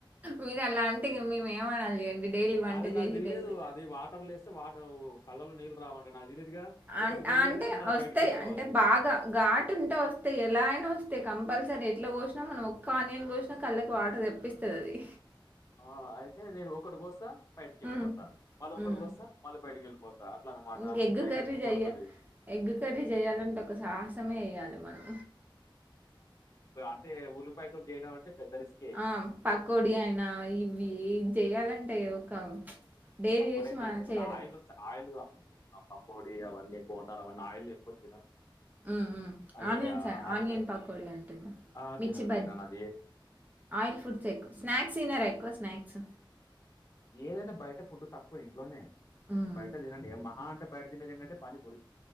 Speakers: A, on the right; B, on the left.
A: మీరు అలా అంటే ఇక మేము ఏమనాలి అండి డైలీ వంట
B: అది నాకు
A: చేసి
B: తెలిలేదు అది వాటర్ లేస్తే వాటర్ కళ్లలో నీళ్లు రావంట <unintelligible>
A: అ
B: ఒకటి కొయ్యాలి
A: అంటే
B: మళ్ళీ
A: వస్తాయి
B: బయటికి వెళ్ళిపోవాలి
A: అంటే బాగా ఘాటు ఉంటే వస్తాయి ఎలా అయినా వస్తాయి కంపల్ సరి ఎట్లా కోసినా మనం ఒక్క ఆనియన్ కోసినా కళ్ళకి వాటర్ తెప్పిస్తుంది అది
B: ఆ ఆయితే నేను ఒక్కటి కోస్త బయటికి వెళ్ళిపోతా
A: హ్మ్.
B: మళ్ల ఒకటి
A: హ్మ్.
B: కోస్త మల్ల బయటకి వెళ్ళిపోతా అట్లా అనమాట
A: ఇంక
B: అందుకే
A: ఎగ్
B: టైం
A: కర్రీ
B: ఎక్కువ
A: చెయ్య
B: పడుతుంది
A: ఎగ్ కర్రీ చేయాలంటే ఒక సాహసమే చేయాలి మనం
B: అంటే ఉల్లిపాయతో చేయడం అంటే పెద్ద రిస్కే.
A: ఆ పకోడి అయినా ఇవి చెయాలంటే ఒక డైరీ
B: <unintelligible>
A: చేసి మనం చేయడం.
B: ఆయిలు ఆయిలు ఆ పకోడి అవన్నీ బొండాలు అవన్నీ ఆయిల్ ఎక్కువ తినండి
A: హ్మ్. హ్మ్.
B: అదే
A: ఆనియన్స్
B: అరగ
A: ఆనియన్ పకోడి అంటున్నా.
B: ఆతినన్
A: మిర్చి బజ్
B: తినన్ ఆది
A: ఆయిల్ ఫుడ్స్ ఎక్కువ స్నాక్స్ తినారా ఎక్కువ స్నాక్స్
B: ఏదన్న బై ఫుడ్ తక్కువ ఇంట్లోనే
A: హ్మ్.
B: బయట తినేది ఏ మహా అంటే బయట తినేది ఏంటంటే పాని పూరి